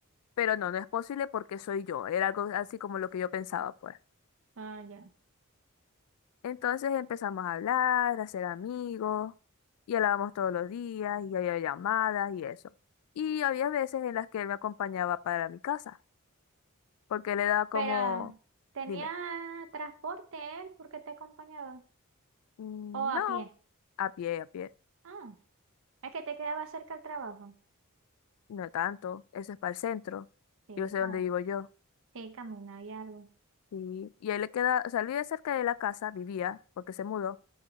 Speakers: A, on the left; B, on the right.
A: Pero no, no es posible porque soy yo. Era algo así como lo que yo pensaba, pues.
B: ah, ya.
A: Entonces empezamos a hablar, a ser amigos, y hablábamos todos los días, y había llamadas y eso. Y había veces en las que él me acompañaba para mi casa, porque le daba como,
B: Pero, ¿tenía
A: dime,
B: transporte él porque te acompañaba?
A: "Mm,
B: ¿O
A: no,
B: a pie?
A: a pie, a pie,
B: Ah, es que te quedaba cerca del trabajo.
A: no tanto, eso es para el centro,
B: Sí,
A: yo sé
B: cam
A: dónde vivo yo.
B: sí, camina y algo.
A: Sí. Y él le queda, o sea, él vive cerca de la casa, vivía, porque se mudó.